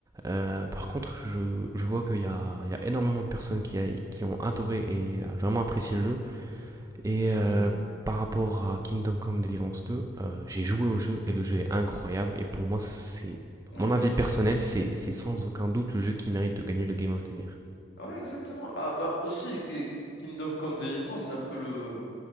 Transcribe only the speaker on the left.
Oui, oui.
Oui,
oui.
c'est-
Ouais, exactement. Ah, bah aussi, et Kingdom Come Deliverance, c'est un peu le,